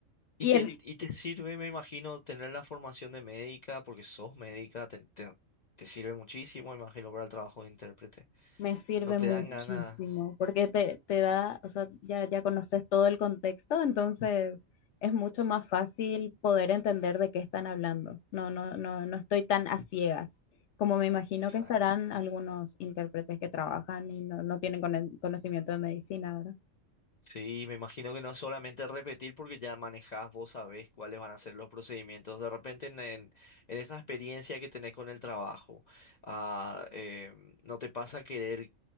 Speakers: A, on the left (about 80°); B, on the left (about 65°).
A: y
B: Y
A: te,
B: el Sí,
A: y te sirve, me imagino, tener la formación de médica, porque sos médica, te, te, te sirve muchísimo, me imagino, para el trabajo de intérprete.
B: me sirve
A: No te
B: muchísimo
A: dan ganas.
B: porque te, te da, o sea, ya, ya conoces todo el contexto, entonces es mucho más fácil poder entender de qué están hablando. No, no, no, no estoy tan a ciegas. Como me imagino
A: Exacto.
B: que estarán algunos intérpretes que trabajan y no, no tienen cono- conocimiento de medicina,
A: Sí, me imagino que no es solamente repetir porque ya manejás, vos sabés cuáles van a ser los procedimientos. De repente en, en- en esa experiencia que tenés con el trabajo, ah, eh, ¿no te pasa querer,